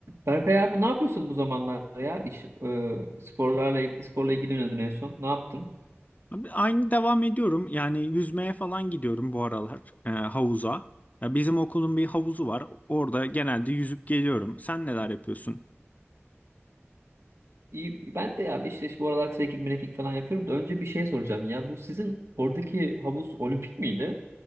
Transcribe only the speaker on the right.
Berkay abi ne yapıyorsun bu zamanlar ya? İş, e, sporlarla sporla ilgileniyordun en son. Ne yaptın?
İyi, ben de ya abi işte bu aralar trekking, trekking falan yapıyorum da önce bir şey soracağım ya. Bu sizin oradaki havuz olimpik miydi?